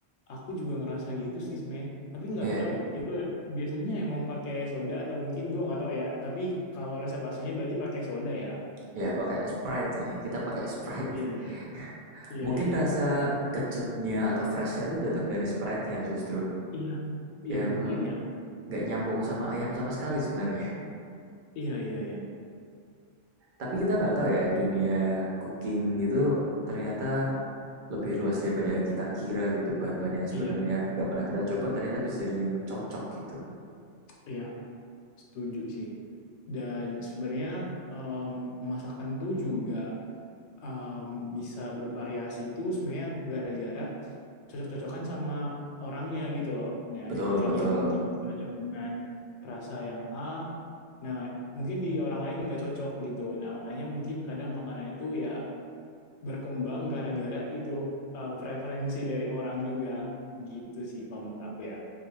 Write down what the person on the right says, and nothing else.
iya,
iya pakai Sprite ya. Ini Kita pakai Sprite.
<laughs>
Mungkin
rasa kecutnya atau freshnya tuh datang dari Sprite-nya justru.
Yang
nggak nyambung sama ayam sama sekali sebenarnya.
Tapi kita nggak tahu ya, dunia cooking gitu ternyata lebih luas daripada yang kita kira gitu. Bahan-bahan yang sebenarnya
nggak pernah
kita coba ternyata bisa jadi yang cocok gitu.
Betul,
betul.